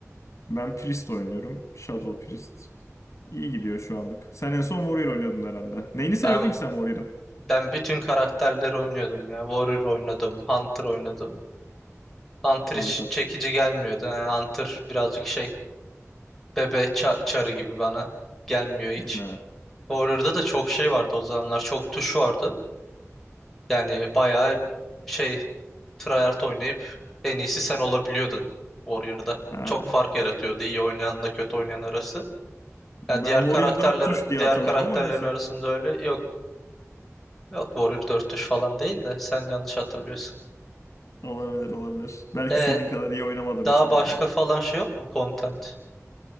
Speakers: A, on the left (about 65°); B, in the centre.
A: Ben Priest oynuyorum. Shadow Priest. İyi gidiyor şu anlık. Sen en son Warrior oynuyordun herhalde. Neyini seviyordun
B: Ben
A: ki sen Warrior'ın?
B: ben bütün karakterleri oynuyordum ya. Warrior oynadım, Hunter oynadım. Hunter
A: Hunter.
B: hiç çekici gelmiyordu. Yani Hunter birazcık şey bebe çar- çarı gibi bana gelmiyor hiç.
A: Ha.
B: Warrior'da da çok şey vardı o zamanlar. Çok tuş vardı. Yani bayağı şey tryhard oynayıp en iyisi sen olabiliyordun Warrior'da.
A: Ha.
B: Çok fark yaratıyordu iyi oynayanla kötü oynayan arası. Ya
A: Ben
B: diğer
A: Warrior
B: karakterler
A: 4 tuş diye
B: diğer
A: hatırlıyorum
B: karakterlerin
A: ama neyse.
B: arasında öyle yok. Yok Warrior 4 tuş falan değil de sen yanlış hatırlıyorsun.
A: Olabilir olabilir. Belki
B: E
A: senin kadar iyi oynamadığım
B: daha
A: içindir
B: başka
A: bu diye.
B: falan şey yok mu content?